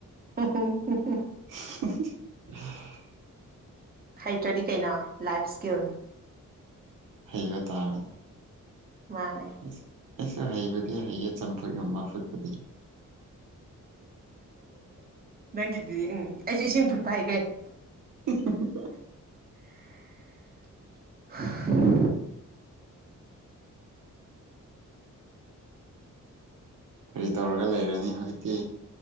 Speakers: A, on the right; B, on the right.
A: ꯎ
B: <unintelligible>
A: ꯍꯩꯇ꯭ꯔꯗꯤ ꯀꯩꯅꯣ ꯂꯥꯏꯐ ꯁ꯭ꯀꯤꯜꯅꯤ
B: ꯍꯩꯔ ꯇꯥꯒꯅꯤ
A: ꯃꯥꯅꯦ
B: ꯑꯩꯁꯁꯨ ꯍꯩꯕꯗꯤ ꯍꯩꯌꯦ ꯆꯝꯐꯨꯠꯒꯃꯥ ꯐꯨꯠꯄꯨꯗꯤ
A: ꯅꯪꯒꯤꯗꯨꯗꯤ ꯎꯝ ꯑꯩꯁꯨꯦ ꯏꯁꯤꯡ ꯐꯨꯠꯄ ꯍꯥꯏ ꯀꯩꯅꯣ
B: ꯎ ꯎ
A: <inaudible>
B: ꯀꯔꯤ ꯇꯧꯔꯒ ꯂꯩꯔꯅꯤ ꯍꯧꯖꯤꯛꯇꯤ